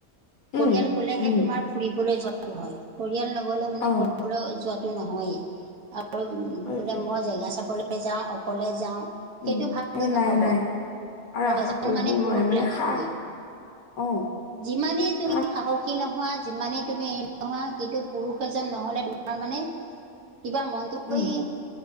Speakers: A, on the left; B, on the right.
A: উম
B: পৰিয়াল গলেহে
A: উম
B: তোমাৰ ফুৰিবলৈ যোৱা টো হয়, পৰিয়াল নগলে মানে
A: অ
B: ফুৰিবলৈ যোৱা টো নহয়েই। আৰু
A: সেইটোৱে
B: বোলে মই জেগা চাবলে যাওঁ অকলে যাওঁ
A: উম
B: সেইটো <unintelligible>
A: এ
B: নহব,
A: নাই নাই
B: আৰু
A: আশা
B: এজন
A: কৰিবও
B: মানে পুৰুষ
A: নোৱাৰি মানে
B: লাগিবই।
A: সাহ অ
B: যিমানেই তুমি
A: সাহ
B: সাহস কি নোহোৱা যিমানেই তুমি এৰি নোহোৱা কিন্তু পুৰুষ এজন নহলে তোমাৰ মানে কিবা মনটো
A: উম
B: মই